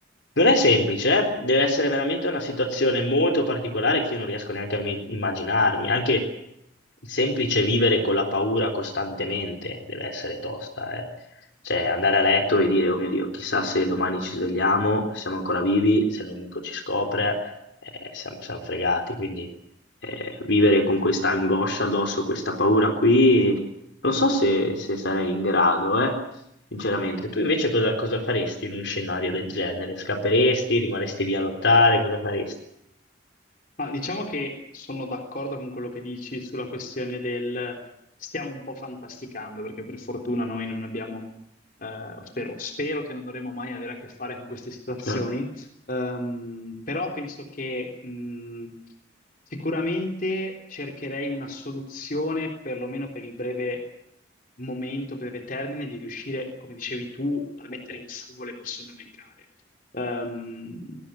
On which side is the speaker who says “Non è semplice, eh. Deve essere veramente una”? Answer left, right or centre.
Left